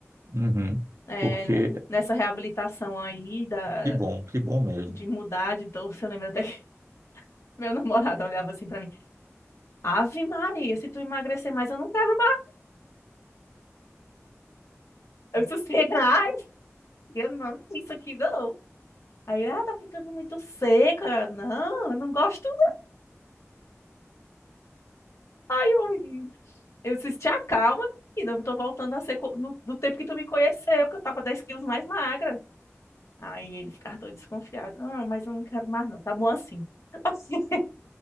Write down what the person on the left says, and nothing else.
É,
né? nessa reabilitação aí da,
de mudar de doce, eu lembro até que <laughs> meu namorado olhava assim pra mim, Ave Maria, se tu emagrecer mais, eu não quero Eu disse assim, <laughs> ai, eu não, amo isso aqui não. Aí, ele, ah, tá ficando muito seca. Não, eu não gosto não. Aí eu, ri. eu disse, te acalma, menina, eu tô voltando a ser co- no, do tempo que tu me conheceu, que eu tava 10 quilos mais magra. Aí ele ficava todo desconfiado. Não, mas eu não quero mais não, tá bom assim. <laughs>